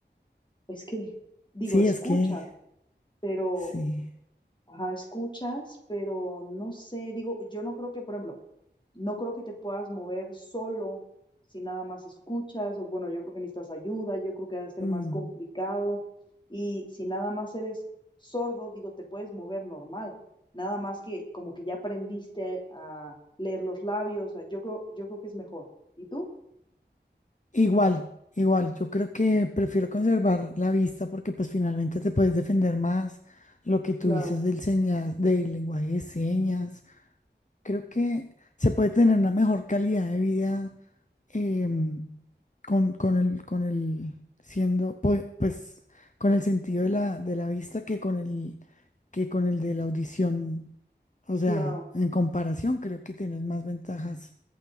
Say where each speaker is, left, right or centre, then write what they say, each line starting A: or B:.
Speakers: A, on the left; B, on the left.
A: es que, digo,
B: Sí,
A: escuchas,
B: es que
A: pero,
B: sí.
A: ajá, escuchas, pero no sé, digo, yo no creo que, por ejemplo, no creo que te puedas mover solo si nada más escuchas, o bueno, yo creo que necesitas ayuda, yo creo que ha de ser
B: mm,
A: más complicado, y si nada más eres sordo, digo, te puedes mover normal, nada más que como que ya aprendiste a leer los labios, o sea, yo creo, yo creo que es mejor. ¿Y tú?
B: Igual, igual. Yo creo que prefiero conservar la vista porque pues finalmente te puedes defender más. Lo que tú
A: Claro,
B: dices del señas, del lenguaje de señas. Creo que se puede tener una mejor calidad de vida em, con, con el, con el siendo, pu- pues, con el sentido de la, de la vista que con el, que con el de la audición. O sea,
A: claro.
B: en comparación, creo que tienes más ventajas